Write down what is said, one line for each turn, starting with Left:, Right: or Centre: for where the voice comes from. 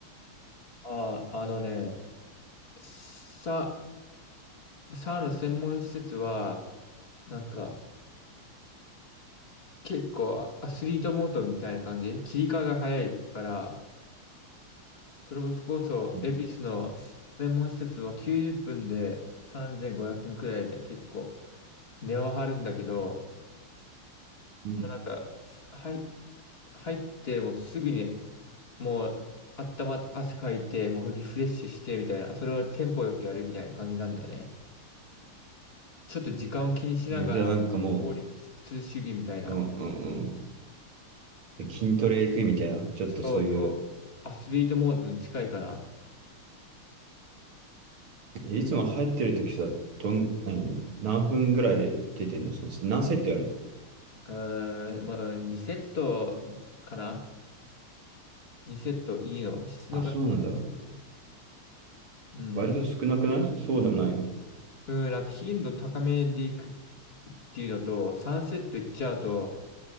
Left: ああ、あのね、さ、サウナ専門施設は、なんか、結構アアスリートモードみたいな感じ切り替えが早いから、それこそ、
Right: うん
Left: 恵比寿の専門施設は90分で3500円くえんくらいで結構値は張るんだけど、
Right: うん
Left: もうなんか、す入、入ってもうすぐにもう頭ま、汗かいて、もうリフレッシュしてみたいな、それをテンポよくやるみたいな感じなんだよね。ちょっと時間を気にしながら、
Right: ねじゃあなんかも
Left: 効率主義みたいな。
Right: う、うんうんうん。で筋トレ行くみたいな、ちょっとそういう、
Left: そうそう。アスリートモードに近いかな。
Right: えいつも入ってる時さ、どん、何、何分ぐらいで出てんのその、何セットやるの
Left: うーん、まあ、2セットかな ?2 セットいいの。質のがいいセット
Right: あ、そうなんだ。
Left: うん。
Right: 割と少なくないそうでもないよ。
Left: うん、なんか頻度高めでいくっていうのと、3セットいっちゃうと、